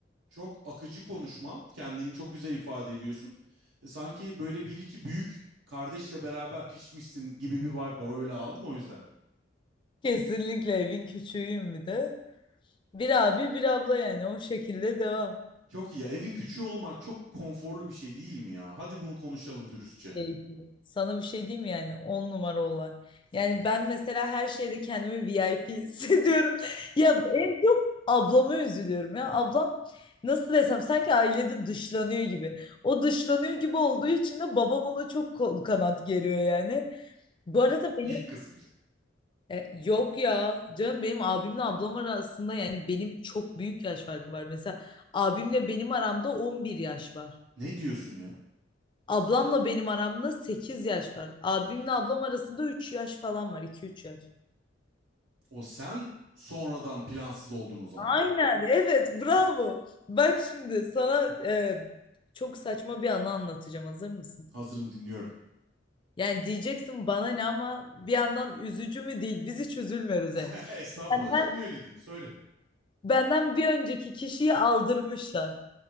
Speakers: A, on the right; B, on the left.
A: çok akıcı konuşman. Kendini çok güzel ifade ediyorsun. E, sanki böyle bir iki büyük kardeşle beraber pişmişsin gibi bir vibe var. Öyle aldım o yüzden.
B: Kesinlikle evin küçüğüyüm bir de. Bir abi bir abla yani o şekilde devam.
A: Çok iyi ya. Evin küçüğü olmak çok konforlu bir şey değil mi ya? Hadi bunu konuşalım dürüstçe.
B: keyifli. Sana bir şey diyeyim mi yani 10 numara olay. Yani ben mesela her şeyde kendimi VIP hissediyorum. <laughs> Ya en çok ablama üzülüyorum ya. Ablam nasıl desem sanki ailede dışlanıyor gibi. O dışlanıyor gibi olduğu için de babam ona çok kol kanat geriyor yani. Bu arada benim
A: İlk kız bir de.
B: e, yok ya canım benim abimle ablam arasında yani benim çok büyük yaş farkı var. Mesela abimle benim aramda 11 yaş var.
A: Ne diyorsun ya?
B: Ablamla benim aramda 8 yaş var. Abimle ablam arasında 3 yaş falan var. 2 üç yaş.
A: O sen sonradan plansız oldun o zaman.
B: Aynen. Evet. Bravo. Bak şimdi sana e, çok saçma bir anı anlatacağım. Hazır mısın?
A: Hazırım dinliyorum.
B: Yani diyeceksin bana ne ama bir yandan üzücü mü değil. Biz hiç üzülmüyoruz
A: <laughs>
B: yani.
A: Estağfurullah
B: Benden,
A: canım niye öyle diyeyim söyle.
B: benden bir önceki kişiyi aldırmışlar. <laughs>